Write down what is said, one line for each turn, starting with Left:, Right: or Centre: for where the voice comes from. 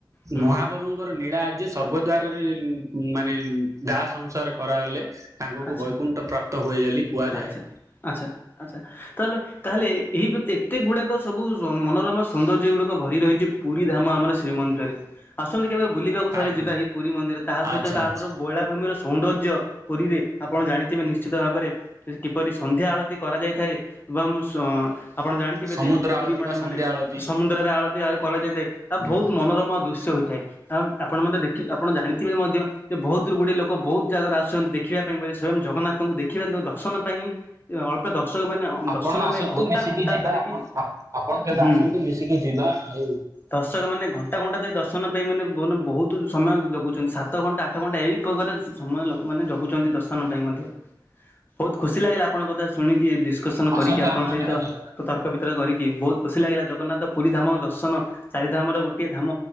Left: ହୁଁ
Right: ମହାପ୍ରଭୁଙ୍କର ନୀଳା ଆ ଯେ ସ୍ୱର୍ଗ ଦ୍ଵାରରେ ମାନେ ଦାହ ସଂସାର କରାଗଲେ ତାଙ୍କୁକୁ
Left: ଆଚ୍ଛା।
Right: ବୈକୁଣ୍ଠ ପ୍ରାପ୍ତ ହୁଏ ବୋଲି କୁହାଯାଏ।
Left: ଆଚ୍ଛା ଆଚ୍ଛା ଆଚ୍ଛା ତାହେଲେ ତାହେଲେ ଏଇ ଏତେ ଗୁଡାକ ସବୁ ମନୋରମା ସୌନ୍ଦର୍ଯ୍ୟ ଗୁଡକ ଭରି ରହିଚି ପୁରୀ ଧାମ ଆମର ଶ୍ରୀମନ୍ଦିରରେ ଆସନ୍ତି କେବେ ବୁଲିବାକୁ ଥରେ
Right: ଆଜ୍ଞା
Left: ଯିବା ଏହିଇ ପୁରୀ ମନ୍ଦିର ତାହା ସହିତ
Right: ଆଚ୍ଛା
Left: ତାପରେ
Right: ଆଚ୍ଛା
Left: ବୈଳାଭୂମିର ସୌନ୍ଦର୍ଯ୍ୟ ପୁରୀରେ ଆପଣ ଜାଣିଥିବେ ନିଶ୍ଚିତ ଭାବରେ କିପରି ସନ୍ଧ୍ୟା ଆଳତି କରାଯାଇଥାଏ ଏବଂ ଆପଣ ଜାଣିଥିବେ
Right: ସମୁଦ୍ର
Left: ଯେ ପୁରୀ
Right: ଆଳତି
Left: ପଣ୍ଡା
Right: ବା
Left: ମାନେ
Right: ସନ୍ଧ୍ୟା ଆଳତି
Left: ସମୁଦ୍ରରେ ଆଳତି ଆ କରାଯାଇଥାଏ ତା
Right: ହଁ
Left: ବହୁତ ମନୋରମ ଦୃସ ହୋଇଥାଏ ଆପଣ ମେ ଦେଖି ଆପଣ ଜାଣିଥିବେ ମଧ୍ୟ ଯେ ବହୁତ ଦୂର ଗୁଡିଏ ଲୋକ ବହୁତ ଜାଗାରେ ଆସୁଛନ୍ତି ଦେଖିବା ସ୍ଵୟଂ ଜଗନ୍ନାଥଙ୍କୁ ଦେଖିବା ଦର୍ଶନ ପାଇଁ ଅଳ୍ପ ଦର୍ଶକ ମାନ
Right: ଆପଣ
Left: ଦର୍ଶନ
Right: ଆସନ୍ତୁ
Left: ପାଇଁ ଘଣ୍ଟା
Right: ମିଶିକି
Left: ଘଣ୍ଟା
Right: ଯିବା
Left: ଧରିକି
Right: ଆପଣ ଆ- ଆପଣ କେବେ
Left: ହୁଁ
Right: ଆସନ୍ତୁ ମିଶିକି ଯିବା ଆଉ
Left: ଦର୍ଶକ ମାନେ ଘଣ୍ଟା ଘଣ୍ଟା ଦେଇ ଦର୍ଶନ ପାଇଁ ମାନ ବହୁତ ସମୟ ଜଗୁଛନ୍ତି ସାତ ଘଣ୍ଟା ଆଠ ଘଣ୍ଟା ଏ ପ୍ରକାରେ ସମୟ ଲୋକମାନେ ଜଗୁଛନ୍ତି ଦଶ ସ୍ମାନ ପାଇଁ ମଧ୍ୟ ବହୁତ ଖୁସି ଲାଗିଲା ଆପଣଙ୍କ କଥା ଶୁଣିକି
Right: ଆସନ୍ତୁ
Left: କରି ଆପଣଙ୍କ
Right: ଆପଣ
Left: ସହିତ
Right: କେବେ ଯିବା
Left: ତର୍କ ବିିତର୍କ କରି କି ବହୁତ ଖୁସି ଲାଗିଲା ଜଗନ୍ନାଥ ପୁରୀ ଧାମ ଦର୍ଶନ ଚାରି ଧାମର ଗୋଟିଏ ଧାମ